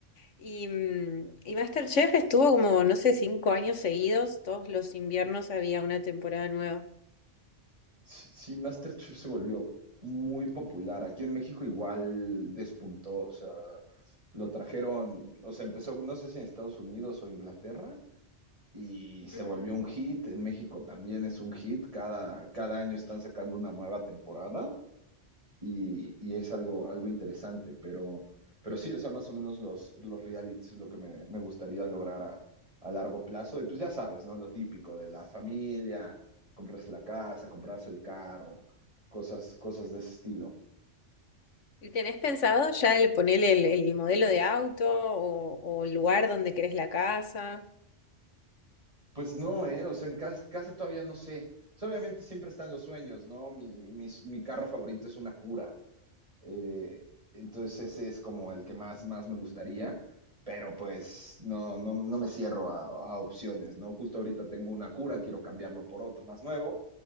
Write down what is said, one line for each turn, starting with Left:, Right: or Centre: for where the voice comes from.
Left: Y, mm, y MasterChef estuvo como, no sé, cinco años seguidos, todos los inviernos había una temporada nueva.
Right: Sí, MasterChef se volvió muy popular. Aquí en México igual despuntó, o sea, lo trajeron, o sea, empezó, no sé si en Estados Unidos o Inglaterra, y se
Left: Ujú,
Right: volvió un hit. En México también es un hit. Cada, cada año están sacando una nueva temporada. y, y es algo, algo interesante, pero, pero sí, o sea, más o menos los, los realities es lo que me, me gustaría lograr a, a largo plazo. Y pues ya sabes, ¿no? Lo típico de la familia, comprarse la casa, comprarse el carro, cosas, cosas
Left: ujú.
Right: de ese estilo.
Left: ¿Y tenés pensado ya el ponerle el, el modelo de auto o, o el lugar donde querés la casa?
Right: Pues no, ¿eh? O sea, en casa, casa todavía no sé. O sea, obviamente siempre están los sueños, ¿no? Mi, mis- mi carro favorito es una cura. Eh, entonces ese es como el que más, más me gustaría, pero pues no, no, no me cierro a, a opciones, ¿no? Justo ahorita tengo una cura, quiero cambiarlo por otro más nuevo,